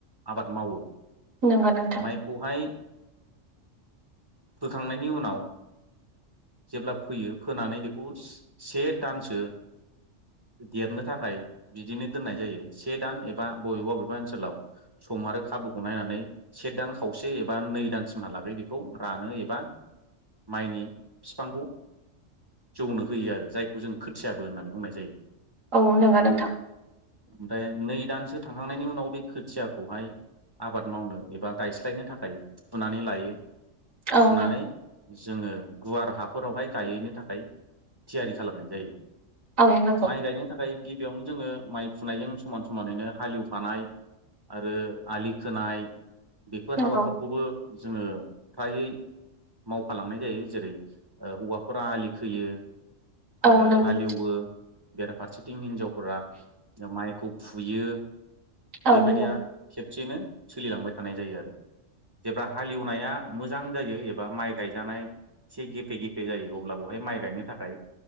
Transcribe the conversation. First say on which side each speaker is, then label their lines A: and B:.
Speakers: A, on the right (about 20°); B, on the right (about 85°).
A: आबाद मावो
B: नंगौ नोंथां
A: माइखौहाय फोखांनायनि उनाव जेब्ला फोयो फोनानै बेखौ स से दानसो देरनो थाखाय बिदिनो दोननाय जायो से दान एबा बबेबा बबे बा ओनसोलाव सम आरो खाबुखौ नायनानै से दान खावसे एबा नै दानसिमहालागै बेखौ रा रानो एबा माइनि फिफांखौ जौनो होयो आरो जायखौ जों खोथियाबो होननानै बुंनाय जायो।
B: औ नंगौ नोंथां
A: ओमफ्राय नै दानसो थांहां नायनि उनाव बे खोथियाखौहाय आबाद मावनो एबा गायस्लायनो थाखाय फुनानै लायो।
B: औ
A: फुनानै
B: नंगौ
A: जोङो गुवार हाफोरावहाय गायहैनो थाखाय थियारि खालामनाय जायो।
B: औ नंगौ
A: माइ गायनो थाखाय गिबियावनो जोङो माइ फुनायजों समान समानैनो हालेव फानाय आरो आलि खोनाय बेफोर
B: नंगौ
A: हाबाफोरखौबो जोङो फ्रायै मावफालांनाय जायो जेरै ओ हौवाफोरा आलि खोयो
B: औ
A: आरो
B: नंगौ
A: हालेवो
B: नोंथां
A: बेराफारसेथिं हिनजावफोरा माइखौ फुयो।
B: औ
A: बेबायदिया
B: नंगौ
A: खेबसेयैनो सोलिलांबाय थानाय जायो आरो जेब्ला हालेवनाया मोजां जायो एबा माइ गायजानाय एसे गेफे गेफे जायो अब्ला बेवहाय माइ गायनो थाखाय